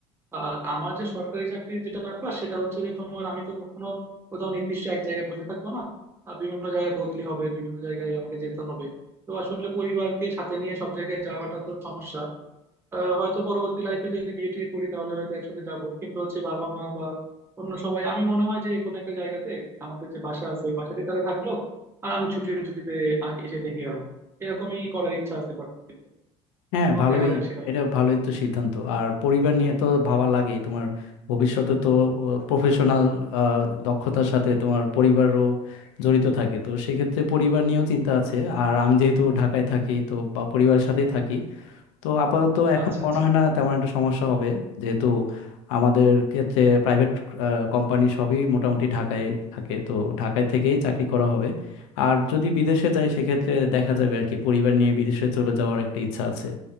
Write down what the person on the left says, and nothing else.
হ্যাঁ
ভালোই
এটা ভালোই তো সিদ্ধান্ত আর পরিবার নিয়ে তো ভাবা লাগেই তোমার ভবিষ্যতে তো প্রফেশনাল দক্ষতার সাথে তোমার পরিবারও জড়িত থাকে তো সেক্ষেত্রে পরিবার নিয়েও চিন্তা আছে আর আমি যেহেতু ঢাকায় থাকি তো বা পরিবারের সাথেই থাকি তো আপাতত এখন
মনে
হয় না তেমন একটা সমস্যা হবে যেহেতু আমাদের ক্ষেত্রে প্রাইভেট কোম্পানি সবই মোটামুটি ঢাকায় থাকে তো ঢাকায় থেকেই চাকরি করা হবে আর যদি বিদেশে যাই সেক্ষেত্রে দেখা যাবে আর কি পরিবার নিয়ে বিদেশে চলে যাওয়ার একটা ইচ্ছা আছে